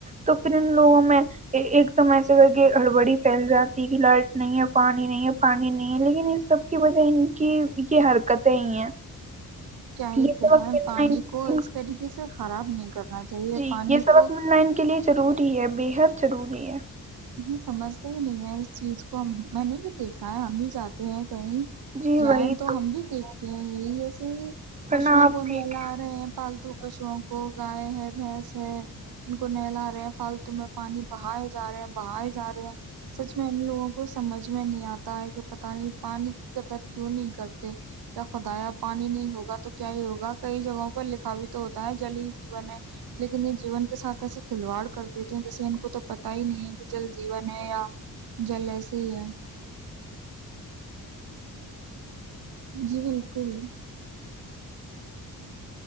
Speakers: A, on the right; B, on the right.
A: تو پھر ان لوگوں میں ایک دم ایسے کر کے ہڑبڑی پھیل جاتی کہ لائٹ نہیں ہے پانی نہیں ہے پانی نہیں ہے لیکن ان سب کی وجہ ان کی یہ حرکتیں ہی ہیں
B: کیای
A: یہ
B: ہی کہے
A: سبق ملنا
B: پانی
A: ان-
B: کو
A: ان-
B: اس طریقے سے خراب نہیں کرنا چاہیے
A: جی
B: پانی
A: یہ سبق
B: تو
A: منائن کے لیے ضروری ہے بےحد ضروری ہے
B: نہیں سمجھ تو بھی نہیں ہے اس چیز کو میں نے بھی دیکھا ہے ہمیں جاتے ہیں کہیں
A: جی
B: جائیں
A: وہی
B: تو ہم بھی دیکھتے ہیں یہی ایسے ہی
A: ورنہ
B: پشوں
A: آپ
B: کو نہلا
A: دیکھ
B: رہے ہیں پالتو پشوں کو گائے ہے بھیس ہے ان کو نہلا رہے ہیں فالتو میں پانی بہائے جا رہے ہیں بائے جا رہے ہیں سچ میں ان لوگوں کو سمجھ میں نہیں آتا ہے کہ پتا نہیں پانی کی قدر کیوں نہیں کرتے یا خدایا پانی نہیں ہوگا تو کیا ہی ہوگا کئی جگہوں پر لکھاوی تو ہوتا ہے جل ہی جیون ہے لیکن یہ جیون کے ساتھ ایسے کھلواڑ کر دیتے ہیں جیسے ان کو تو پتا ہی نہیں ہے کہ جل جیون ہے یا جل ایسے ہی ہے جی بالکل